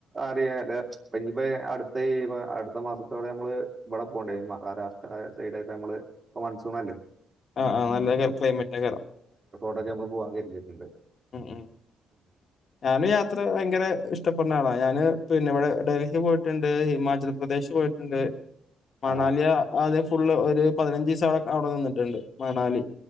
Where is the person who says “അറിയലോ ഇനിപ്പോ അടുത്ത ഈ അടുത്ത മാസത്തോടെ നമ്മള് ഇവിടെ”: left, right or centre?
Right